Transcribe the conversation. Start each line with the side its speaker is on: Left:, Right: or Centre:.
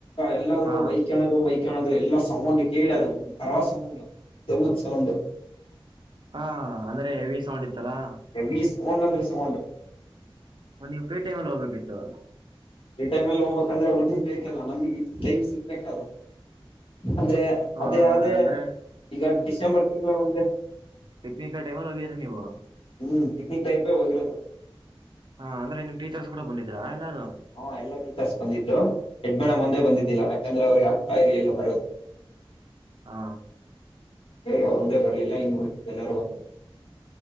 Left: ಎಲ್ಲರೂ
Right: ಹಾ
Left: ವೈಕ್ ದು <unintelligible> ವೈಕಣದು ಎಲ್ಲಾ ಸೌಂಡ್ ಕೇಳಿ ಅದು ಒಂತರ ಸೌಂಡ್ ದೆವ್ವದ ಸೌಂಡ್.
Right: ಹಾ ಅಂದ್ರೆ ಹೆವಿ ಸೌಂಡ್ ಇತ್ತಲಾ
Left: ಹೆವಿ ಸೌಂಡ್ ಅಂದ್ರೆ ಸೌಂಡ್
Right: <unintelligible> ನೀವು ಫ್ರೀ ಟೈಮಲ್ಲಿ ಹೋಗ್ಬೇಕಿತ್ತು.
Left: ರಿಟರ್ನ್ ಅಲ್ಲಿ ಹೋಗ್ಬೇಕಂದ್ರೆ ಅವ <unintelligible> ಬೇಕಲ್ಲ ನಮಗೆ ಟೈಮ್ ಸಿಗ್ಬೇಕಲ್ಲ ಅಂದ್ರೆ
Right: ಆ
Left: ಅದೇ ಅದೇ
Right: ಅಂದ್ರೆ
Left: ಈಗ ಡಿಸೆಂಬರ್ ತಿಂಗಳ ಒಂದೆ
Right: ಪಿಕಕ್ನಿಕ ಟೈಮ್ಲ್ಲಗಾರ ನೀುವ <unintelligible>
Left: ಹ್ಮ್, ಪಿಕ್ನಿಕ್ ಟೈಪೇ ಹೋಗಿರೋದು.
Right: ಹಾ ಅಂದ್ರೆ ನಿಮ್ ಟೀಚರ್ಸ್ ಕೂಡ ಬಂದಿದ್ರಾ ಎಲ್ಲಾರು.
Left: ಹಾ ಎಲ್ಲಾ ಟೀಚರ್ಸ್ ಬಂದಿದ್ರು ಹೆಡ್ ಮೇಡ ಒಂದೆ ಬಂದಿದ್ದಿಲ್ಲ ಯಾಕಂದ್ರೆ ಅವ್ರಿಗೆ ಆಗ್ತಾ ಇರ್ಲಿಲ್ಲ ಬರೋದು.
Right: ಹಾ,
Left: ಅವರು ಒಂದೇ ಬರಲಿಲ್ಲ ಇನ್ನು ಹುಳ್ದಿದ್ದವರು ಎಲ್ಲಾರು ಬಂದ್ರು.